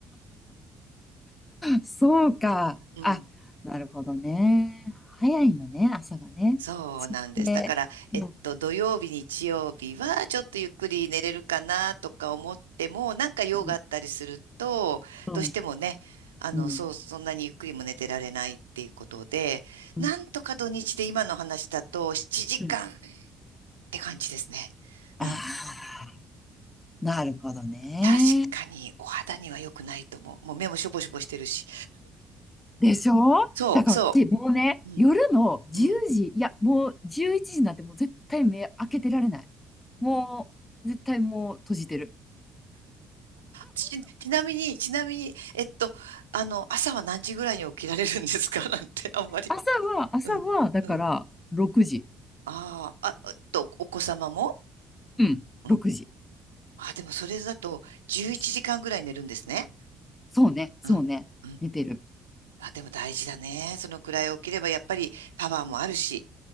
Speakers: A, on the left; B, on the right.
A: そうか。
B: うん。
A: あ、なるほどね。早いのね、朝がね。
B: そうなんです。
A: そして、
B: だから、えっと、
A: うん
B: 土曜日、日曜日はちょっとゆっくり寝れるかなとか思っても、なんか用があったりすると、
A: うんうん
B: どうしてもね、あの、
A: うん
B: そう、そんなにゆっくりも寝てられないっていうことで、
A: うん
B: なんとか土日で今の話だと7時間っ
A: うん
B: て感じですね。
A: あ
B: うん。
A: あ、なるほどね。
B: 確かにお肌には良くないと思う。もう目もしょぼしょぼしてるし。
A: でしょ
B: そう、
A: だから、
B: そ
A: でもうね、
B: う。うん、
A: 夜の10時、
B: うん。
A: いや、もう11時なんてもう絶対目開けてられない。もう、絶対もう閉じてる。
B: ち、ちなみに、ちなみに、えっと、あの、朝は何時ぐらいに起きられるんですか <laughs> なんて、あんまり。
A: 朝は、朝は、
B: うん、
A: だから、
B: うん。
A: 6時。
B: ああ、あ、えっと、お子様も
A: うん、
B: うん。
A: 6時。
B: あ、でもそれだと11時間ぐらい寝るんですね。
A: ろくじそうね、そうね、
B: うん、うん。
A: 寝てる。
B: あ、でも大事だね。そのくらい起きればやっぱりパワーもあるし、